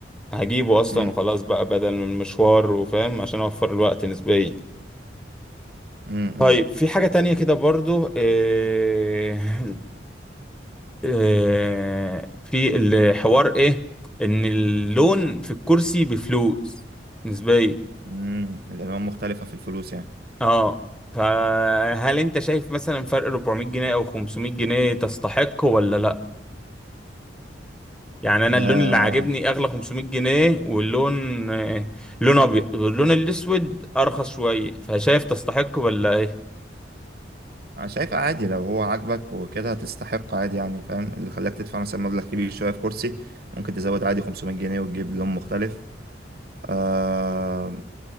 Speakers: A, in the centre; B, on the right (about 55°).
A: هجيبه اصلا
B: مم،
A: وخلاص بقى بدل من المشوار وفاهم عشان اوفر الوقت نسبيا
B: مم،
A: طيب
B: مم،
A: في حاجة تانية كده برضو إيه إيه في الحوار ايه ان اللون في الكرسي بفلوس نسبيا
B: مم، الألوان مختلفة في الفلوس يعني
A: اه فهل انت شايف مثلا فرق 400 جنيه او 500 جنيه تستحق ولا لا يعني انا
B: آه
A: اللون اللي عاجبني اغلى 500 جنيه واللون آه، لون ابيض واللون الاسود ارخص شوية فشايف تستحق ولا ايه
B: أنا شايف عادي لو هو عاجبك وكده هتستحق عادي يعني فاهم اللي خلاك تدفع مثلا مبلغ كبير شوية في كرسي ممكن تزود عادي 500 جنيه وتجيب لون مختلف آه